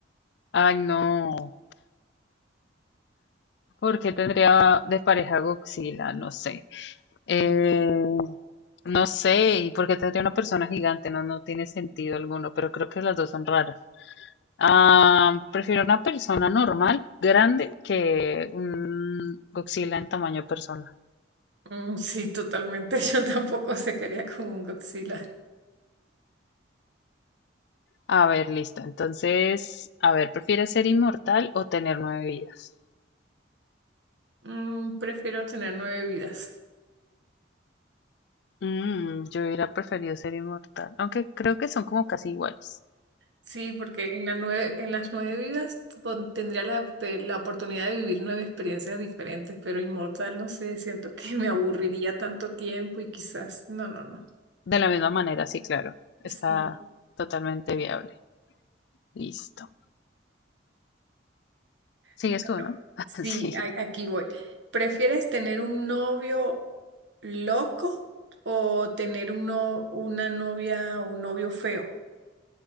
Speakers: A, on the left; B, on the right.
A: Ay, no. ¿Por qué tendría de pareja Godzilla? No sé. Eh, no sé. ¿Y por qué tendría una persona gigante? No, no tiene sentido alguno, pero creo que las dos son raras. Ah, prefiero una persona normal, grande, que un Godzilla en tamaño personal.
B: Mm, sí, totalmente. <laughs> Yo tampoco se quería con un Godzilla.
A: A ver, listo. Entonces, a ver, ¿prefieres ser inmortal o tener nueve vidas?
B: Mm, prefiero tener nueve vidas.
A: Mm, yo hubiera preferido ser inmortal, aunque creo que son como casi iguales.
B: Sí, porque en la nueve- en las nueve vidas pon- tendría la, este, la oportunidad de vivir nueve experiencias diferentes, pero inmortal, no sé, siento que me aburriría tanto tiempo y quizás, no, no, no.
A: De la misma manera, sí, claro. Está
B: Sí,
A: totalmente viable. Listo. Sigues
B: bueno,
A: tú, ¿no? <laughs>
B: sí,
A: Sí.
B: a- aquí voy. ¿Prefieres tener un novio loco o tener un no- una novia o un novio feo?